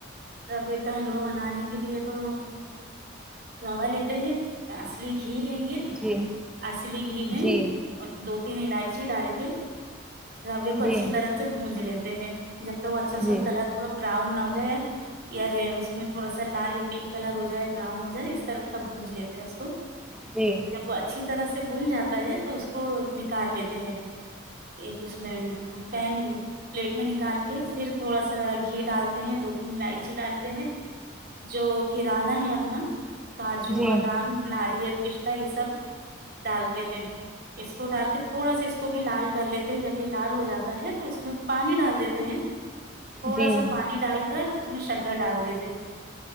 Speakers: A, on the right; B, in the centre.
A: ربے کا حلوا بنانے کے لیے تو روا لیتے ہیں اصلی گھی لیں گے
B: جی
A: اصلی گھی
B: جی
A: میں اور دو تین الائچی ڈال کے روے
B: جی
A: کو اچھی طرح سے بونج لیتے ہیں جب ت وہ اچھا اس
B: جی جی
A: کا کلر تھوڑا براؤن نہ کیا ی ر اس میں تھوڑا سا لال یا پنک کلر ہو جائے یا براؤن ہو جائےا اس طرح کا بونج لیتے ہیں اس کو
B: جی
A: جب اچھی طرح سے سے بن جاتا ہے تو اس کو نکال لیتے ہیں ایک اس میں پین پلیٹ میں نکال کے پھر تھوڑا سا گھی ڈالتے ہیں دو تین لائ ڈالتے ہیں جو کررانہ ہے اپنا کاجو
B: جی
A: بادام ناریل کشسم ڈالتے ہیں اس کو ڈال کے تھوڑا سا اس کو بھی لال کر لیتے ہیں جب یہ لال ہو جاتا ہے اس میں پانی ڈال دیتے ہیں تھوڑا
B: جی جی
A: سا پانی ڈال کر اس گا ڈال دیتے ہیں